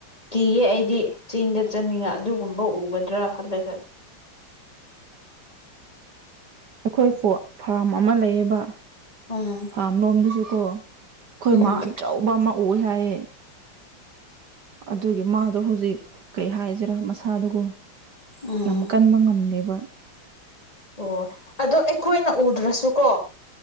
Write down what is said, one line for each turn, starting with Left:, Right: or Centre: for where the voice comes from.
Left: ꯀꯤꯌꯦ ꯑꯩꯗꯤ ꯆꯤꯡꯗ ꯆꯠꯅꯤꯡꯉ ꯑꯗꯨꯒꯨꯝꯕ ꯎꯒꯗ꯭ꯔꯥ ꯈꯜꯂꯒ꯫
Right: ꯑꯩꯈꯣꯏ
Left: ꯎꯝ
Right: ꯐꯣꯔꯠ ꯐꯥꯔꯝ ꯑꯃ ꯂꯩꯌꯦꯕ꯫
Left: ꯎꯝ
Right: ꯐꯥꯝ ꯂꯣꯝꯗꯨꯁꯨ ꯀꯣ ꯑꯩꯈꯣꯏ
Left: ꯎꯝ
Right: ꯃꯥ ꯑꯆꯧꯕ ꯑꯃ ꯑꯣꯏ ꯍꯥꯏꯌꯦ꯫ ꯑꯗꯨꯒꯤ ꯃꯥꯗꯣ ꯍꯧꯖꯤꯛ ꯀꯩ ꯍꯥꯏꯁꯤꯔꯥ ꯃꯁꯥꯗꯨꯒꯣ꯫
Left: ꯎꯝ
Right: ꯌꯥꯝ ꯀꯟꯕ ꯉꯝꯗꯦꯕ꯫
Left: ꯑꯣ ꯑꯗꯣ ꯑꯩꯈꯣꯏꯅ ꯎꯗ꯭ꯔꯁꯨꯀꯣ